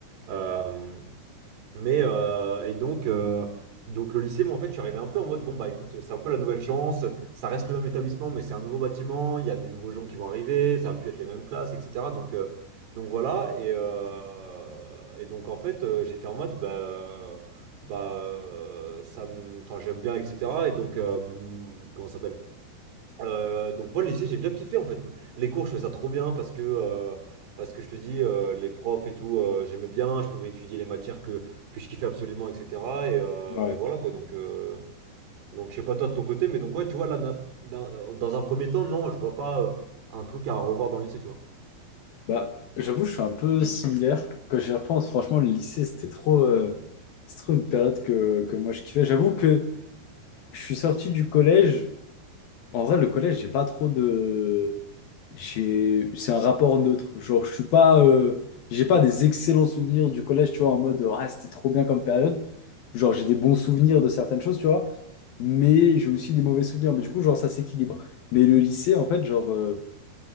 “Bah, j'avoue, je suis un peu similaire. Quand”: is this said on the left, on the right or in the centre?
Left